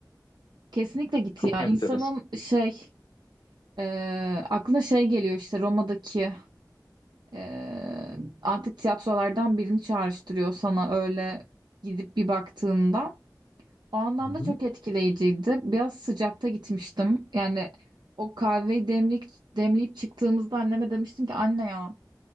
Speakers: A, on the right; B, on the left.
A: Kesinlikle git
B: Çok
A: ya.
B: enteresan.
A: İnsanın şey e, aklına şey geliyor işte Roma'daki e, antik tiyatrolardan birini çağrıştırıyor sana öyle gidip bir baktığında. O anlamda
B: Hı hı.
A: çok etkileyiciydi. Biraz sıcakta gitmiştim. Yani o kahveyi demlik, demleyip çıktığımızda anneme demiştim ki anne ya